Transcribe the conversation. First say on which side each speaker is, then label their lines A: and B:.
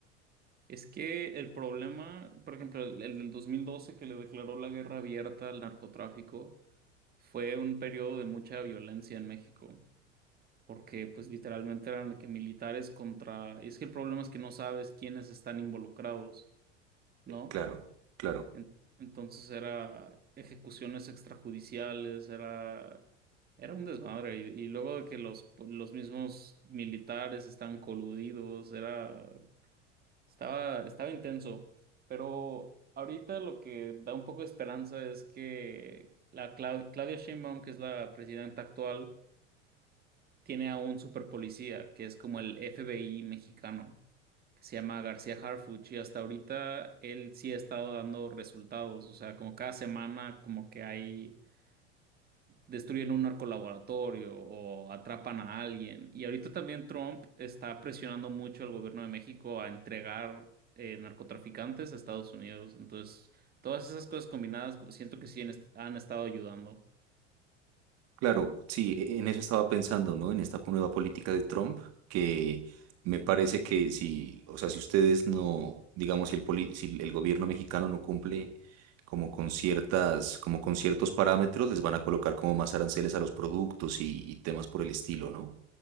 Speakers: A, on the right; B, on the right.
A: Es que el problema, por ejemplo, el, el del 2012 que le declaró la guerra abierta al narcotráfico fue un periodo de mucha violencia en México, porque pues literalmente eran de que militares contra... Y es que el problema es que no sabes quiénes están involucrados, ¿no?
B: Claro, claro.
A: En- entonces era ejecuciones extrajudiciales, era, era un desmadre. Y, y luego de que los, los mismos militares están coludidos, era... Estaba, estaba intenso, pero ahorita lo que da un poco de esperanza es que la Clau- Claudia Sheinbaum, que es la presidenta actual, tiene a un superpolicía, que es como el FBI mexicano, que se llama García Harfuch, y hasta ahorita él sí ha estado dando resultados, o sea, como cada semana como que hay destruyen un narcolaboratorio o atrapan a alguien. Y ahorita también Trump está presionando mucho al gobierno de México a entregar eh, narcotraficantes a Estados Unidos. Entonces, todas esas cosas combinadas, como siento que sí han est- han estado ayudando.
B: Claro, sí, e- en eso estaba pensando, ¿no? En esta nueva política de Trump, que me parece que si, o sea, si ustedes no, digamos, si el, poli- si el gobierno mexicano no cumple como con ciertas, como con ciertos parámetros, les van a colocar como más aranceles a los productos y, y temas por el estilo, ¿no?